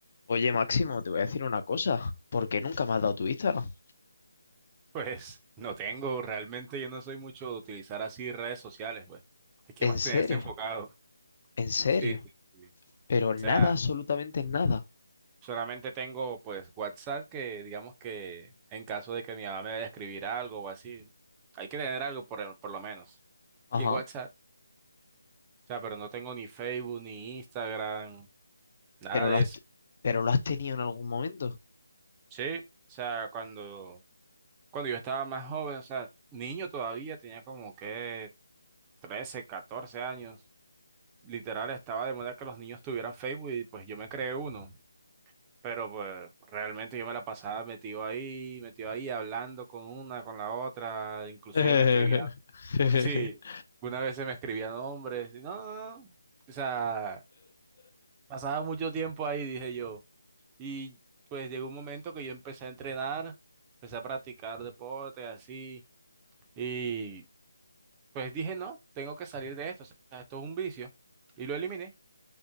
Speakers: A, on the left; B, on the right.
A: Oye, Máximo, te voy a decir una cosa, ¿Por qué nunca me has dado tu Instagram.
B: Pues no tengo, realmente yo no soy mucho de utilizar así redes sociales, pues. Hay que
A: En
B: mantenerse
A: serio,
B: enfocado.
A: en serio.
B: Sí, sí, sí. O
A: Pero nada,
B: sea,
A: absolutamente nada.
B: solamente tengo pues WhatsApp que digamos que en caso de que mi mamá me vaya a escribir algo o así, hay que tener algo por, el- por lo menos.
A: Ajá.
B: Y es WhatsApp. O sea, pero no tengo ni Facebook, ni Instagram, nada
A: Pero
B: de
A: lo has,
B: eso.
A: t- pero lo has tenido en algún momento.
B: Sí, o sea, cuando, cuando yo estaba más joven, o sea, niño todavía, tenía como que 13 14 años. literal estaba de moda que los niños tuvieran Facebook y pues yo me creé uno, pero pues realmente yo me la pasaba metido ahí, metido ahí, hablando con una, con la otra, inclusive
A: <laughs>
B: me escribía, <laughs> sí, una vez se me escribían nombres, y no, no, no, no. o sea, pasaba mucho tiempo ahí, dije yo, y pues llegó un momento que yo empecé a entrenar, empecé a practicar deporte, así, y pues dije, no, tengo que salir de esto, o sea, esto es un vicio, y lo eliminé.